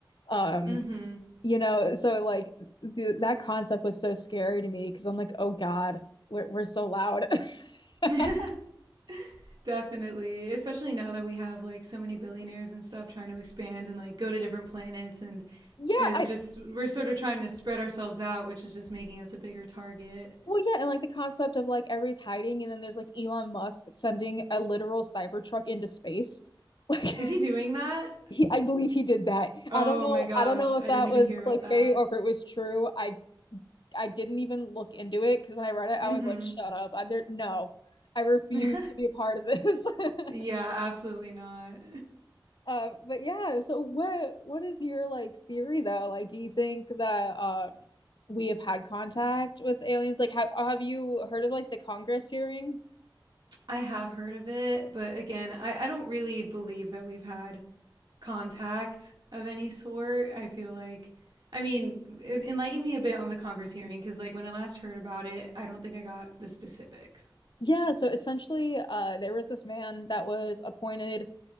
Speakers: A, on the left (about 65°); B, on the right (about 65°).
A: Um,
B: Mhm.
A: you know, so like the, that concept was so scary to me because I'm like, oh God, we're we're so loud. <laughs>
B: <laughs> Definitely, especially now that we have like so many billionaires and stuff trying to expand and like go to different planets and
A: Yeah,
B: is
A: I
B: just we're sort of trying to spread ourselves out, which is just making us a bigger target.
A: Well, yeah, and like the concept of like everybody's hiding, and then there's like Elon Musk sending a literal Cybertruck into space. Like
B: Is he doing that?
A: <laughs> he, I believe he did that.
B: Oh
A: I don't know.
B: my gosh,
A: I don't know
B: I
A: if that
B: didn't even
A: was
B: hear
A: clickbait
B: about that.
A: or if it was true. I I didn't even look into it because when I read it,
B: Mhm.
A: I was like, shut up. I there no. I refuse
B: <laughs>
A: to be a part of this.
B: yeah,
A: <laughs>
B: absolutely not.
A: Uh, but yeah, so what what is your like theory though? Like, do you think that um we have had contact with aliens? Like, have have you heard of like the Congress hearing?
B: <laughs> I have heard of it, but again, I I don't really believe that we've had contact of any sort. I feel like, I mean, enlighten me a bit on the Congress hearing because, like, when I last heard about it, I don't think I got the specifics.
A: Yeah, so essentially, uh, there was this man that was appointed